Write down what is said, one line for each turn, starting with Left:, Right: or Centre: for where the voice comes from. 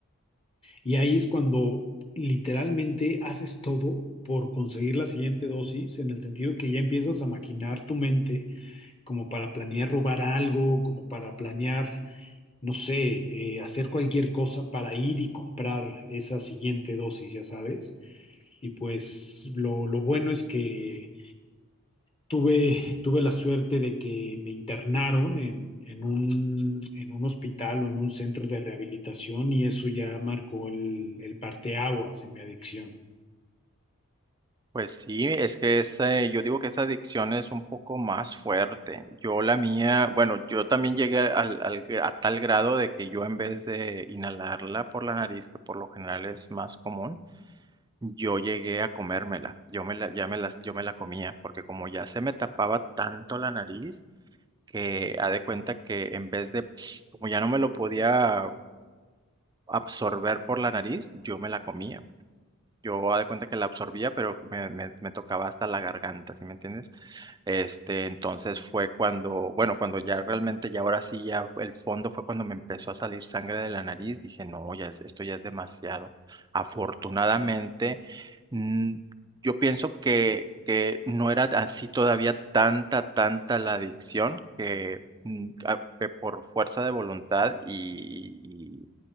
Left: Y ahí es cuando literalmente haces todo por conseguir la siguiente dosis, en el sentido que ya empiezas a maquinar tu mente como para planear robar algo, como para planear no sé, eh, hacer cualquier cosa para ir y comprar esa siguiente dosis, ya sabes. Y pues lo, lo bueno es que tuve, tuve la suerte de que me internaron en, en un, en un hospital o en un centro de rehabilitación y eso ya marcó el, el parteaguas en mi adicción.
Right: Pues sí, es que esa, yo digo que esa adicción es un poco más fuerte. Yo la mía, bueno, yo también llegué al, al- a tal grado de que yo en vez de inhalarla por la nariz, que por lo general es más común, yo llegué a comérmela. Yo me la, ya me las, yo me la comía, porque como ya se me tapaba tanto la nariz, que ha de cuenta que en vez de, como ya no me lo podía absorber por la nariz, yo me la comía. Yo ha de cuenta que la absorbía, pero me, me, me tocaba hasta la garganta, ¿sí me entiendes? Este, entonces fue cuando, bueno, cuando ya realmente, ya ahora sí, ya el fondo fue cuando me empezó a salir sangre de la nariz. Dije, no, ya es- esto ya es demasiado. Afortunadamente, mm, yo pienso que, que no era así todavía tanta, tanta la adicción que, mm, a- que por fuerza de voluntad y, y y-